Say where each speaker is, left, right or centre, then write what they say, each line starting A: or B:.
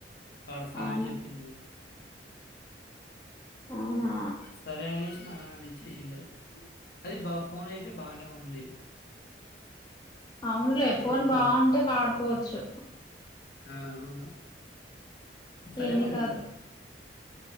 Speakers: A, on the left; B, on the left.
A: వాడతా
B: అవునా
A: అని చెప్పింది
B: అవునా
A: సరే అనేసి మా నాన్న ఇచ్చేసిండు అది బఫ్ ఫోన్ అయితే బానే ఉంది
B: అవునులే
A: ఇప్పటికి
B: ఫోన్ బావుంటే
A: కూడా.
B: వాడుకోవచ్చు
A: ఆ అవును సరే
B: ఏమీ
A: మరి
B: కాదు
A: వుంటా